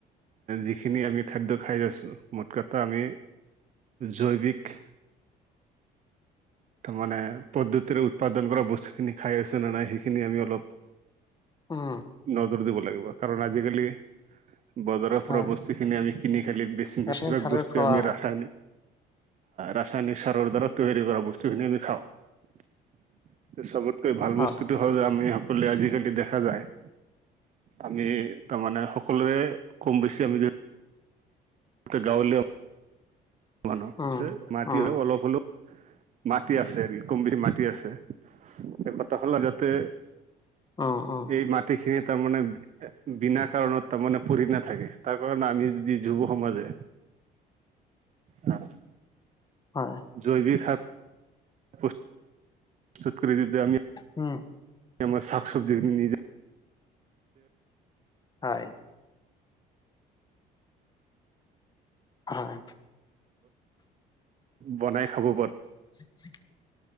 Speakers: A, on the right (about 45°); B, on the left (about 25°).
A: যিখিনি আমি খাদ্য খাই আছোঁ, মূল কথা আমি জৈৱিক। তাৰ মানে পদ্ধতিৰে উৎপাদন কৰা বস্তুখিনি খাই আছো নে নাই সেইখিনি আমি অলপ
B: উম
A: নজৰ দিব লাগিব কাৰণ আজিকালি বজাৰৰ পৰা
B: হয়
A: আমি কিনি খোৱা বেছিভাগ
B: ৰাসায়নিক সাৰৰ
A: বস্তু
B: খোৱা
A: ৰাসায়নিক ৰাসায়নিক সাৰৰ দ্বাৰত তৈয়াৰী কৰা বস্তুখিনি আমি খাওঁ চবতকৈ ভাল
B: হয়
A: বস্তুতটো হ যে আমি সকলোৱে আজিকালি দেখা যায়। আমি তাৰমানে সকলোৰে কম বেছি আমি গাঁৱলীয়া মানুহ
B: উম
A: মাটি
B: উম
A: হয় অলপ হ'লেও মাটি আছে কম বেছি মাটি আছে এতিয়া কথা হ'ল যাতে।
B: উম উম
A: এই মাটিখিৰ তাৰমানে বিনা কাৰণত তাৰমানে পৰি নাথাকে তাৰ কাৰণে আমি যদি যুৱ সমাজে অ,
B: হয়
A: জৈৱিক খাৰ পু প্ৰস্তুত কৰি যদি আমি।
B: উম,
A: আমাৰ শাক চবযি খিনি নিজে।
B: হয় হয়
A: বনাই খাব পাৰে
B: <inaudible>